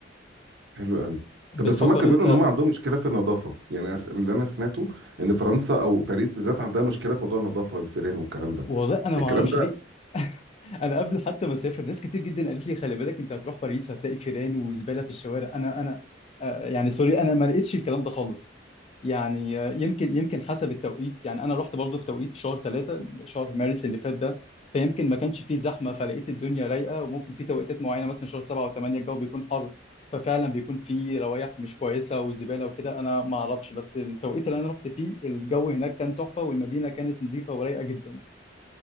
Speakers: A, on the right (about 65°); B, on the left (about 35°).
A: حلو قوي
B: بتفكر
A: طب بس هما كانوا
B: انت
A: بيقولوا ان هم عندهم مشكله في النظافه يعني أس- اللي انا سمعته ان فرنسا او باريس بالذات عندها مشكله في موضوع النظافه والفيران والكلام ده
B: والله انا
A: الكلام
B: ما اعرفش ليه <laughs> انا قبل حتى ما اسافر ناس كتير جدا قالت لي خلي بالك انت هتروح باريس هتلاقي فيران وزباله في الشوارع انا انا آه، يعني سوري انا ما لقيتش الكلام ده خالص يعني آه، يمكن يمكن حسب التوقيت يعني انا رحت برضو في توقيت في شهر ثلاثة شهر مارس اللي فات ده فيمكن ما كانش فيه زحمه فلقيت الدنيا رايقه وممكن في توقيتات معينه مثلا شهر سبعة وثمانية الجو بيكون حر ففعلا بيكون فيه روايح مش كويسه وزباله وكده انا ما اعرفش بس التوقيت اللي انا رحت فيه الجو هناك كان تحفه والمدينه كانت نظيفه ورايقه جدا